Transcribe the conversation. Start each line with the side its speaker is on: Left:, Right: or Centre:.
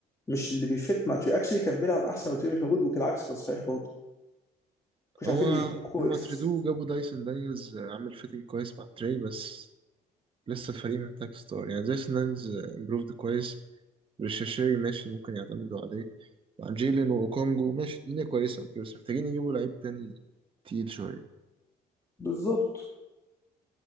Left: مش اللي بيفت مع تري اكشلي كان بيلعب احسن وتري مش موجود وكالعكس كان صحيح برضه مش
Right: هو
Left: عارفين يكو
Right: هما
Left: اكزيست
Right: تريدوه وجابوا دايسون دانيلز آه، عامل فيتنج كويس مع تري بس لسه الفريق محتاج ستار يعني دايسون دانيلز امبروفد كويس ريشاشي ماشي ممكن يعتمدوا عليه مع جيلين وأوكونجو ماشي الدنيا كويسة أوكي بس محتاجين يجيبوا لعيب تاني تقيل شوية
Left: بالظبط